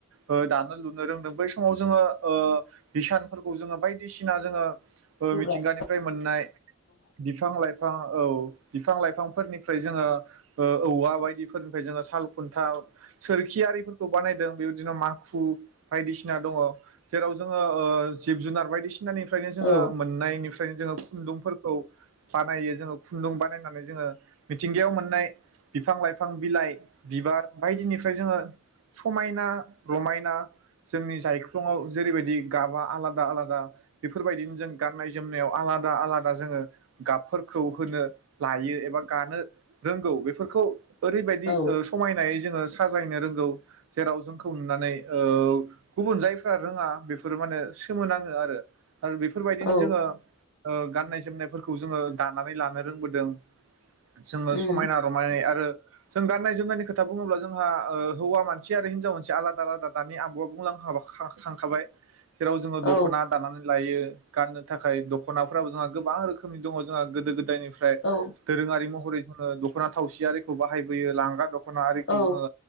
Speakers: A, on the right; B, on the left.
A: ओ दानो लुनो रोंदों बै समाव जोङो ओ हिसानफोरखौ जोङो बायदिसिना जोङो ओ
B: गोब्राब
A: मिथिंगानिफ्राय मोननाय बिफां लाइफां औ बि फां लाइफांफोरनिफ्राय जोङो ओ औवा बायदिफोरनिफ्राय जोङो साल खुन्था सोरखि आरिफोरखौ बानायदों बेबायदिनो माखु बायदिसिना दङ जेराव जोङो ओ जिब जुनार बायदिसि सिनानिफ्रायनो जोङो
B: औ
A: मोननायनिफ नो जोङो खुन्दुंफोरखौ बानायो जोङो खुन्दुं बानायनानै जोङो मिथिंगायाव मोननाय बिफां लाइफ फां बिलाइ बिबार बायदिनिफ्राय जोङो समायना रमायना जोंनि जायख्लङाव जेरैबायदि गाबा आलादा आलादा बेफोरबायदिनो जों गाननाय जोमनायाव आलादा आलादा जोङो गाबफोरखौ होनो लायो एबा गानो रोंगौ बेफोरखौ ओरैबायदि
B: औ
A: ओ समायनाय जोङो सो साजायनो रोंगौ जेराव जोंखौ नुनानै ओ गुबुन जायफ्रा रोङा बेफोरो माने सोमोनाङो आरो आरो बेफोरबायदिनो
B: औ
A: जोङो ओ गाननाय जोमनायफोरखौ जोङो दानानै लानो रोंबोदों। जोङो
B: उम
A: समायना रमायनायै आरो जों गाननाय जोमनायनि खोथा बुङोब्ला जोंहा ओ हौवा मानसि आरो हिनजाव मानसि एबा आलादा आलादा दानि आब'आ बुंलांखा खा-खा-खाबाय। जेराव जोङो
B: औ
A: दख'ना दानानै लायो। गाननो थाखाय दख'नाफोराबो जोंहा गोबां रोखोमनि दङ जोंहा गोदो गोदायनिफ फ्राय
B: औ
A: दोरोङारि महरै खौनो दख'ना थावसि आरि खौ बाहायबोयो लांगा दख खना खरिखौ
B: औ
A: जोङो